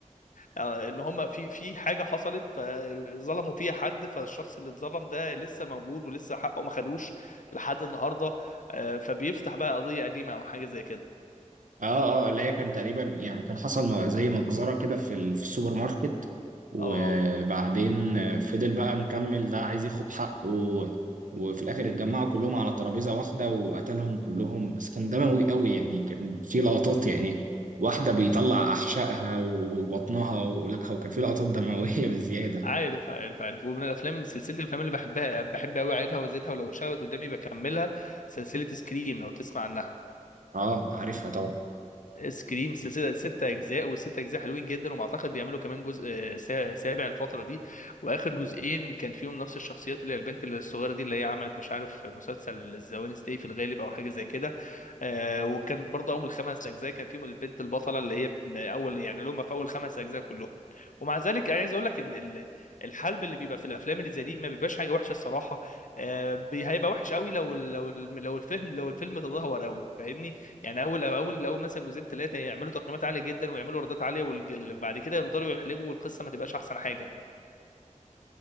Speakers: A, on the left; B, on the right.
A: آه، ان هم في في حاجه حصلت فظلموا فيها حد فالشخص اللي اتظلم ده لسه موجود ولسه حقه ما خدوش لحد النهارده آه، فبيفتح بقى قضيه قديمه او حاجه زي كده
B: اه اه اللي هي كان تقريبا يعني كان حصل م- زي مجزرة كده في ال- في السوبر ماركت اه وبعدين
A: اه
B: فضل بقى مكمل ده عايز ياخد حقه و- وفي الاخر اتجمعوا كلهم على ترابيزة واحدة وقتلهم كلهم بس كان دموي قوي يعني كان في لقطات يعني واحدة بيطلع أحشائها وبطنها ولكها وكان في لقطات دموية <laughs> بزيادة
A: عارف عارف عارف ومن الافلام سلسله الافلام اللي بحبها بحب قوي اعيدها وازيدها ولو اشتغلت قدامي بكملها سلسله سكريم لو تسمع عنها
B: اه عارفها طبعا
A: سكريم سلسله ست اجزاء والست اجزاء حلوين جدا وبعتقد بيعملوا كمان جزء آه، سا- سابع الفتره دي واخر جزئين كان فيهم نفس الشخصيات اللي هي البنت الصغيره دي اللي هي عملت مش عارف مسلسل الزوانس داي في الغالب او حاجه زي كده آه وكان برضه اول خمس اجزاء كان فيهم البنت البطله اللي هي بت- اول يعني اللي هم في اول خمس اجزاء كلهم ومع ذلك عايز اقول لك ان ال- الحلب اللي بيبقى في الافلام اللي زي دي ما بيبقاش حاجه وحشه الصراحه آه بي- هيبقى وحش قوي لو لو لو الفهم لو الفيلم تدهور قوي فاهمني يعني اول اول اول مثلا جزئين ثلاثه يعملوا تقييمات عاليه جدا ويعملوا ايرادات عاليه وبعد كده يفضلوا يحلبوا والقصه ما تبقاش احسن حاجه